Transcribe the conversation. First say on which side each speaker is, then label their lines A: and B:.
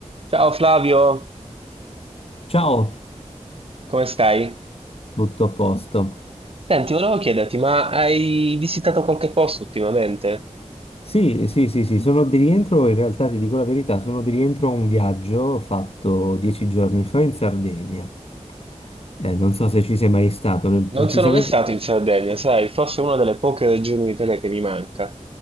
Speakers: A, on the right (about 50°); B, on the left (about 50°).
A: Ciao Flavio,
B: Ciao,
A: come stai?
B: tutto a posto.
A: Senti, volevo chiederti, ma hai visitato qualche posto ultimamente?
B: Sì, sì, sì, sì, sono di rientro, in realtà ti dico la verità, sono di rientro a un viaggio fatto dieci giorni fa in Sardegna. Eh, non so se ci sei mai stato, nel- Mm.
A: Non
B: precisamente
A: sono mai stato in Sardegna, sai, forse è una delle poche regioni d'Italia che mi manca.